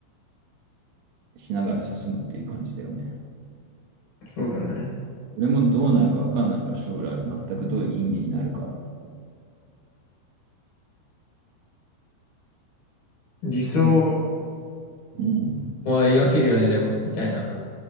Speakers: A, on the right; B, on the left.
A: しながら進むっていう感じだよね。
B: そうだよね。
A: 俺もどうなるかわかんないから、将来全くどういう人間になるか。
B: 理想、
A: なんか、うん、
B: は描けるよね、でも、みたいな。